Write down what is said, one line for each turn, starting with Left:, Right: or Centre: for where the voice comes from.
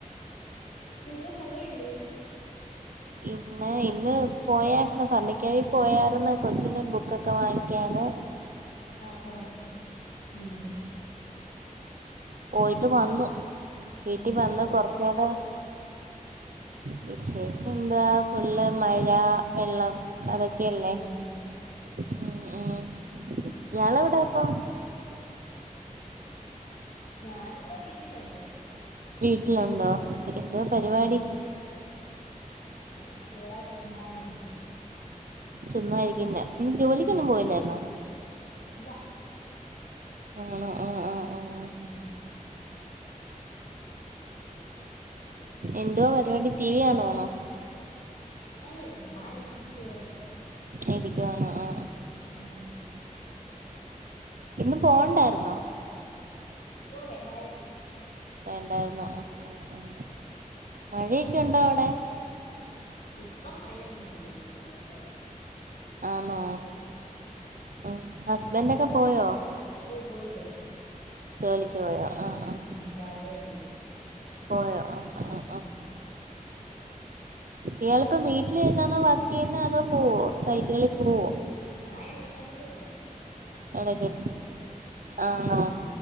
Left: ഇന്ന് എങ്ങും പോയില്ലേ
Right: ഇന്ന് ഇന്ന് പോയരുന്നു ഭരണിക്കാവി പോയരുന്നു കൊച്ചിന് ബുക്കൊക്കെ വാങ്ങിക്കാണ്
Left: ആഹഹ് ആഹ് ഉം
Right: പോയിട്ട് വന്നു വീട്ടിൽ
Left: ഉം എനക്കുണ്ട്
Right: വന്ന് കൊറച്ച്
Left: വിശേഷങ്ങള്
Right: നേരം- വിശേഷം എന്താ ഫുള്ള് മഴ വെള്ളം അതൊക്കെ ല്ലേ
Left: ഉം
Right: ഉം ഉം യാള് എവിടെയാ ഇപ്പം
Left: ഞാനിപ്പോ വീട്ടിലോണ്ട്
Right: വീട്ടിലുണ്ടോ എന്തോ പരിപാടി
Left: ഉം ഞാനിവിടാ ചുമ്മാ ഇവിടെ ഇരിക്കുന്നു
Right: ചുമ്മായിരിക്കന്ന് നിനക്ക് ജോലിക്കൊന്നും പോയില്ലായിരുന്നോ
Left: ഇല്ല
Right: നിങ്ങളോ ആഹ് ആഹ് ആഹ്
Left: ഉം
Right: എന്തുവാ പരിപാടി ടി വി കാണു വാണോ
Left: അല്ല ചുമ്മാ ഇവിടെ ഇരിക്കുവ
Right: ഇരിക്കണോ ആആ
Left: <inaudible>
Right: ഇന്നും പോണ്ടാര് ന്നോ?
Left: ഓ വേണ്ടായിര് ന്നു
Right: വേണ്ടാര് ന്നു ആ മഴയൊക്കെ ഉണ്ടോ അവിടെ?
Left: ഇപ്പൊ മഴയൊന്നുല്ല ചെയ്യാതെ
Right: ആന്നോ അ ഹസ്ബന്റൊക്കെ പോയോ?
Left: ഓ പോയി പോയ്‌
Right: ജോലിക്ക് പോയോ ആഹ് ആഹ്
Left: ഉം രാവിലെ പോയി
Right: പോയോ ആ ആഹ്
Left: ഉം
Right: ഇയാളിപ്പോ വീട്ടിലിരിന്നാന്നോ വർക്കീ യ്യ് ന്ന് അതോ പോവോ സൈറ്റുകളിൽ പോവോ?
Left: ഞാൻ ഇടയ്ക്കിടയ്ക്ക് പോവും അല്ലാത്തപ്പോ
Right: ഇടക്ക്
Left: ഞാൻ വീട്ടിലിരിക്കും
Right: ആണോ